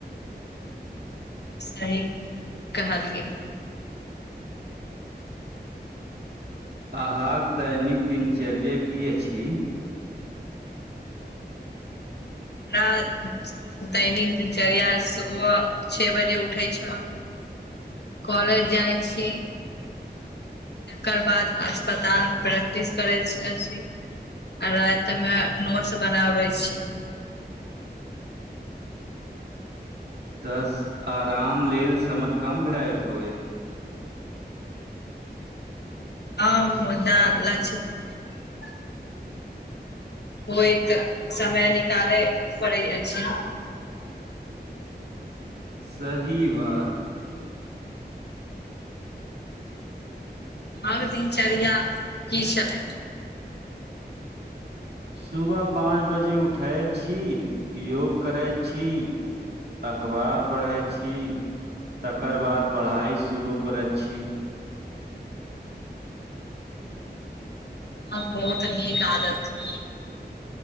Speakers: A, on the left; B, on the right.
A: सही कहलिअइ।
B: अहाँक दैनिक दिनचर्या की अछी,
A: <unintelligible> नई किछ दैनिक दिनचर्या सुबह छे बजे उठै छ। कॉलेज जाइ छी, तेकर बाद अस्पताल प्रैक्टिस करैत जाइ छी, आ राइत मे नोट्स बनाबै छी।
B: तस आराम लेल समय कम भेटैत होइत,
A: <unintelligible> होइत समय निकालै पड़ै अछि।
B: सही बात
A: आर दिनचर्या की छथिन,
B: सुबह पाँच बजे उठै छी, योग करै छी, अखबार पढ़ै छी, तकर बाद पढ़ाई शुरू करे छी,
A: अहा क बहुत नीक आदत छै,